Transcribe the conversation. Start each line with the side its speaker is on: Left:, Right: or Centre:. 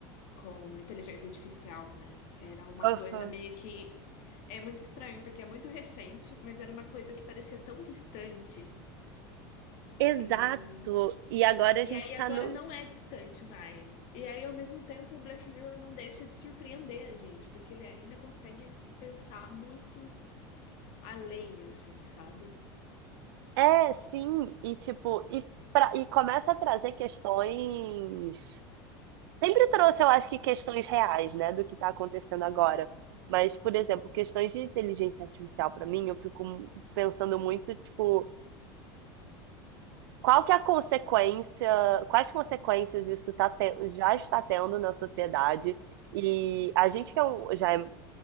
Left: com inteligência artificial, né? Era uma
Right: Aham.
Left: coisa meio que. É muito estranho, porque é muito recente, mas era uma coisa que parecia tão distante.
Right: Exato.
Left: e
Right: E agora
Left: E
Right: a gente
Left: aí
Right: tá
Left: agora
Right: no.
Left: não é distante mais. E aí, ao mesmo tempo, o Black Mirror não deixa de surpreender a gente, porque ele ainda consegue pensar muito além, assim, sabe?
Right: É, sim. E tipo, e, pra... e começa a trazer questões. Sempre trouxe, eu acho que questões reais, né, do que tá acontecendo agora. Mas, por exemplo, questões de inteligência artificial, pra mim, eu fico pensando muito, tipo, qual que é a consequência, quais consequências isso tá, te- já está tendo na sociedade? E a gente que é um- já é